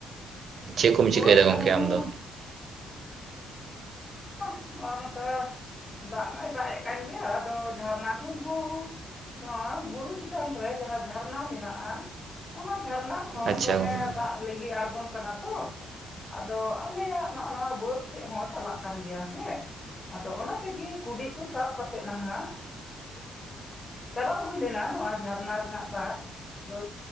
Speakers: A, on the right; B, on the left.
A: ᱪᱮᱫ ᱠᱚᱢ ᱪᱤᱠᱟᱹᱭᱫᱟ
B: ᱦᱳᱭ
A: ᱜᱚᱢᱠᱮ
B: ᱟᱞᱮ ᱦᱚᱸ
A: ᱟᱢ ᱫᱚ?
B: ᱱᱚ ᱱᱚᱝᱠᱟ ᱫᱟᱜ ᱢᱟᱭ ᱫᱟᱜ ᱮᱫ ᱠᱟᱱ ᱜᱮᱭᱟ ᱟᱫᱚ ᱡᱷᱟᱨᱱᱟ ᱠᱷᱚᱱ ᱦᱚᱸ ᱱᱚᱣᱟ ᱵᱩᱨᱩ ᱪᱮᱛᱟᱱ ᱨᱮ ᱡᱟᱦᱟᱸ ᱡᱷᱟᱨᱱᱟ ᱢᱮᱱᱟᱜ-ᱟ, ᱚᱱᱟ ᱡᱷᱟᱨᱱᱟ
A: ᱟᱪᱪᱷᱟ
B: ᱫᱚᱢᱮ
A: ᱜᱚᱢᱠᱮ
B: ᱫᱟᱜ ᱞᱤᱸᱜᱤᱱ ᱟᱬᱜᱚᱱ ᱠᱟᱱᱟ ᱛᱚ, ᱟᱫᱚ ᱟᱞᱮᱭᱟᱜ ᱱᱚ ᱱᱚᱣᱟ ᱵᱟᱹᱫ ᱥᱮᱜ ᱦᱚᱸ ᱪᱟᱞᱟᱜ ᱠᱟᱱ ᱜᱮᱭᱟ ᱦᱮᱸ᱾ ᱟᱫᱚ ᱚᱱᱟ ᱛᱮᱜᱮ ᱠᱩᱰᱤ ᱠᱚ ᱥᱟᱵ ᱠᱟᱛᱮᱜ ᱱᱟᱦᱟᱸᱜ ᱪᱟᱞᱟᱣ ᱦᱩᱭ ᱞᱮᱱᱟ ᱱᱚᱣᱟ ᱡᱷᱟᱨᱱᱟ ᱨᱮᱱᱟᱜ <inaudible> ᱫᱚ